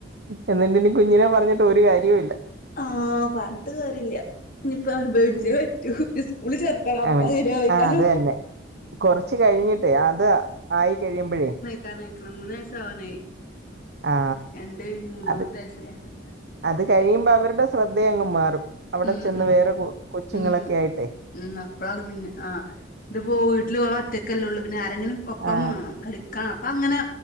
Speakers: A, on the right; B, on the left.
A: എന്നിട്ട് ഇനി കുഞ്ഞിനെ പറഞ്ഞിട്ട് ഒരു കാര്യവും ഇല്ല
B: ആഹ പറഞ്ഞിട്ട് കാര്യമില്ല ഇനിപ്പോ അനുഭവിച്ചേ
A: ഉം
B: പറ്റൂ സ്കൂള് ചേർക്കണം അപ്പൊ
A: അവൻ
B: സെര്യാവയ്കാരം.
A: ആ അത് തന്നെ കൊറച്ച് കഴിഞ്ഞിട്ടേ അത് ആയി കഴിയുമ്പോഴേ
B: ക്കാനായിക്കണ് മൂന്നാഴ്ച്ച ആവാനായി
A: ആ
B: രണ്ട് കഴിഞ്ഞ് മൂന്നാമത്തെ
A: അത്
B: വയസയാണ്
A: അത് കഴിയുമ്പോ അവരുടെ ശ്രദ്ധയ അങ്ങ് മാറും അവിടെ
B: ഉം
A: ചെന്ന്
B: ഉം
A: വേറെ കൊച്ചുങ്ങളൊക്കെ
B: ഉം
A: ആയിട്ടേ
B: ഉം അപ്പഴാണ് പിന്നെ ആഹ് ഇത് പോ വീട്ടിൽ ഓള് ഒറ്റക്കല്ലേയുള്ളൂ പിന്നെ ആരെങ്കിലും ഒപ്പംവേണം
A: ആ
B: കളി കാ പ്പങ്ങനെ